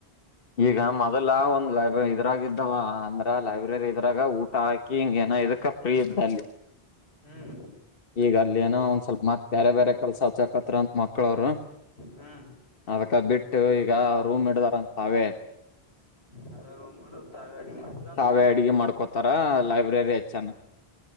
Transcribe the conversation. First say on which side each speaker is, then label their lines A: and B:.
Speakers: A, on the left (about 60°); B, on the left (about 85°).
A: ಈಗ ಮೊದಲ ಒಂದ್ ಲೈಬ್ರರಿ ಇದ್ರಾಗಿದ್ದವ ಅಂದ್ರ ಲೈಬ್ರರಿ ಇದ್ರಾಗ ಊಟ ಹಾಕಿ ಹಿಂಗ ಏನ ಇದಕ್ಕ ಫ್ರೀ ಇದ್ದ ಅಲ್ಲಿ
B: ಹ್ಮ್
A: ಈಗ ಅಲ್ಲಿ ಏನ ಒಂದ್ ಸ್ವಲ್ಪ ಮತ್ ಬೇರೆ ಬೇರೆ ಕೆಲಸ ಅಚ್ಚಗಂತ <unintelligible> ಮಕ್ಕಳವರು
B: ಹ್ಮ್
A: ಅದಕ್ಕ ಬಿಟ್ಟು ಈಗ ರೂಮ್ ಇಡ ತಾವೆ
B: ಸಾವಾವ ಅಡಂತ
A: ತಾವೇ ಅಡಿಗೆ ಮಾಡ್ಕೋತಾರ ಲೈಬ್ರರಿ ಹೆಚ್ಚನ